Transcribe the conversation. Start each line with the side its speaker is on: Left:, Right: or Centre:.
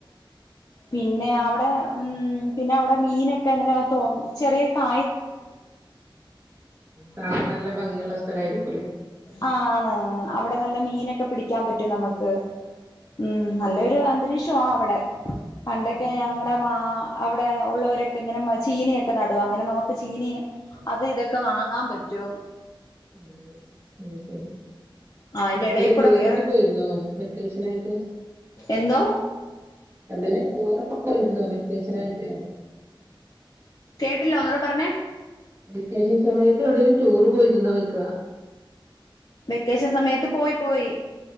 Left: പിന്നെ അവിടെ ഉം പിന്നെ അവ്ടെ മീനൊക്കെ ങ്ങനെ തോം ചെറിയൊര് കാ
Right: കാണാൻ നല്ല ഭംഗിയുള്ള സ്ഥലമായിരിക്കും
Left: ആ ആന്ന് അവിടെ നല്ല മീനൊക്കെ പിടിക്കാ പറ്റും നമക്ക് ഉം നല്ലൊരു അന്തരീക്ഷോവാ അവിടെ പണ്ടൊക്കെ
Right: ഉം
Left: ഞങ്ങടെ മാ അവിടെ ഉള്ളവരൊക്കെ ങ്ങനെ ചീനിയൊക്കെ നടു അങ്ങനെ നമുക്ക് ചീനി അത് ഇതൊക്കെ വാങ്ങാ പറ്റും ടും
Right: ആ ഉം ശരി
Left: ആഹ് അയിന്റെ
Right: എവ്ടേലും
Left: എടേ കൂടെ
Right: ടൂറൊക്കെ
Left: വേറെ
Right: പോയിരുന്നോ വെക്കേഷനായിട്ട്
Left: എന്തോ
Right: എവ്ടെന്ന് ടൂറൊക്കെ പോയിര്ന്നോ വെക്കേഷനായിട്ട്
Left: കേട്ടില്ല ഒന്നൂട പറഞ്ഞേ
Right: വെക്കേഷൻ സമയത്ത് എവിടേലും ടൂറ് പോയിരുന്നോ ഒയ്ക്ക
Left: വെക്കേഷൻ സമയത്ത് പോയി പോയി